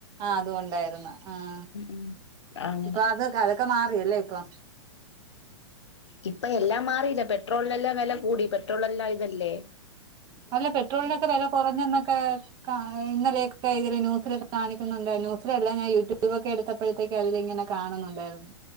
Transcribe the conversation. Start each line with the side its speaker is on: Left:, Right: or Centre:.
Right: ആഹ് അത് കൊണ്ടായിരുന്നു ആഹ്
Left: ഉം അങ്ങനെ
Right: ഇപ്പൊ അതൊക്ക അതൊക്കെ മാറിയല്ലേ ഇപ്പൊ
Left: ഇപ്പ എല്ലാം മാറിയില്ല പെട്രോളിനെല്ലാം വെല കൂടി പെട്രോൾ എല്ലാം ഇതല്ലേ
Right: അല്ല പെട്രോളിനൊക്കെ വില കുറഞ്ഞന്നൊക്കെ ഇന്നലെയൊക്കെ ഇതിൽ ന്യൂസില് കാണിക്കുന്നുണ്ടായിരുന്നു ന്യൂസിലല്ല ഞാൻ യൂട്യൂബ് ഒക്കെ എടുത്തപ്പോഴത്തേക്ക അതില് ഇങ്ങനെ കാണുന്നുണ്ടായിരുന്നു